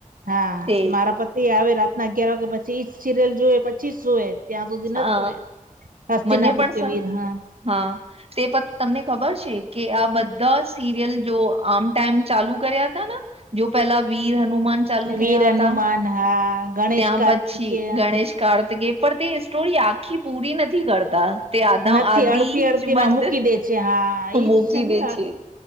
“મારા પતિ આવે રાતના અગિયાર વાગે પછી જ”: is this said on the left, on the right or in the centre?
Right